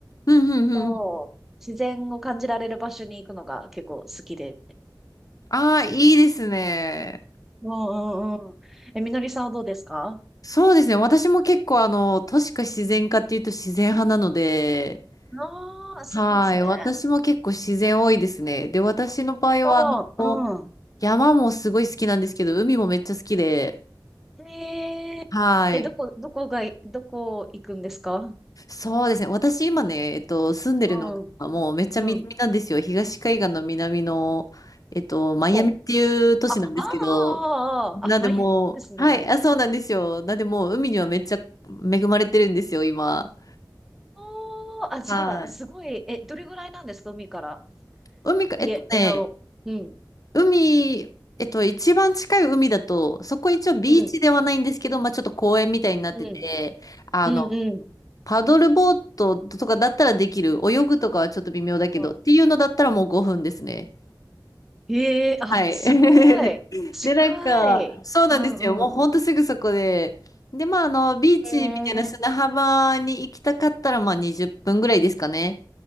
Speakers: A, on the left (about 50°); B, in the centre.
A: うんうんうん。
B: と、自然を感じられる場所に行くのが結構好きで
A: ああ、
B: ですね。
A: いいですね。
B: うんうんうん。え、みのりさんはどうですか
A: そうですね。私も結構あの、都市か自然かっていうと自然派なので、
B: ああー、そうですね。
A: はい。私も結構自然多いですね。で、私の場合は、
B: そう、
A: あの、
B: うん。
A: 山もすごい好きなんですけど、海もめっちゃ好きで、
B: へえ。
A: はい。
B: え、どこ、どこが、どこ行くんですか
A: そうですね。私今ね、えっと、住んでるのがもうめっちゃ南なんですよ。
B: うん、うん。
A: 東海岸の南の、えっと、マイアミっていう都市なんですけど、
B: お、あ、ああ、
A: なんでもう、
B: ああ、あ、マイアミですね。
A: はい、あ、そうなんですよ。なんでもう海にはめっちゃ恵まれてるんですよ、今。
B: おー、あ、じゃあ、
A: はい。
B: すごい、え、どれぐらいなんですか海から。
A: 海か、
B: いえ、
A: えっとね、
B: え、なの、うん、
A: 海、えっと、一番近い海だと、そこ一応ビーチではないんですけど、
B: うん、
A: まあちょっと公園みたいになってて、
B: うん、
A: あの、
B: うん、うん。
A: パドルボートとかだったらできる。泳ぐとかはちょっと微妙だけど、
B: あ
A: っていうのだったらもう5分ですね。
B: へえ、あ、
A: はい。
B: すごい。
A: <laughs>
B: 近い。
A: で、なんか、そうなんですよ。
B: うん、
A: もうほんとすぐそこで。
B: うん。
A: で、まあ、あの、ビーチみたいな砂浜に行きたかったら、
B: へえ。
A: まあ、20分ぐらいですかね。